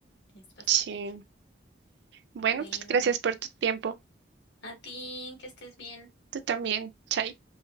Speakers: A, on the left; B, on the right.
A: es bastante.
B: Sí. Bueno,
A: Bueno,
B: pues gracias por tu tiempo.
A: a ti, que estés bien.
B: Tú también, Chay.